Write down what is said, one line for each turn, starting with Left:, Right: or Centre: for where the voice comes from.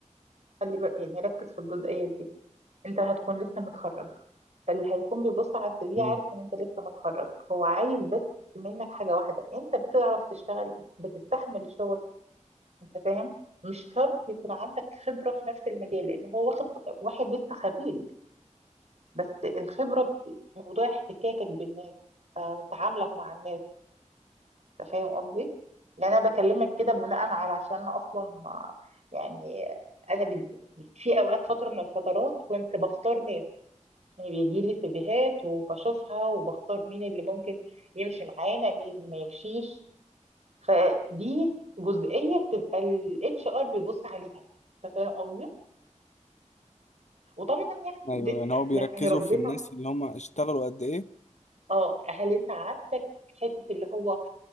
Right: خلي بالك يعني ركز في الجزئيه دي انت هتكون لسه متخرج اللي هيكون بيبص على السي في
Left: مم.
Right: عارف ان انت لسه متخرج هو عايز بس منك حاجة واحدة انت بتعرف تشتغل بتستحمل شغل انت فاهم مش شرط يكون عندك خبرة في نفس المجال لان هو واخد واحد لسه خريج بس الخبرة بت- موضوع احتكاكك بالناس آه، تعاملك مع الناس انت فاهم قصدي يعني انا بكلمك كده بناء على عشان انا اصلا آه، يعني انا بي- في اوقات فترة من الفترات كنت بختار ناس يعني بيجي لي سيفيهات وبشوفها وبختار مين اللي ممكن يمشي معانا مين اللي ما يمشيش فدي جزئية بتبقى الاتش ار بيبص عليها انت فاهم قصدي؟ وطبعا يعني
Left: ايوه
Right: الدنيا
Left: يعني هو بيركزوا
Right: يعني ربنا
Left: في الناس اللي هم اشتغلوا قد ايه
Right: اه هل انت عندك حتة اللي هو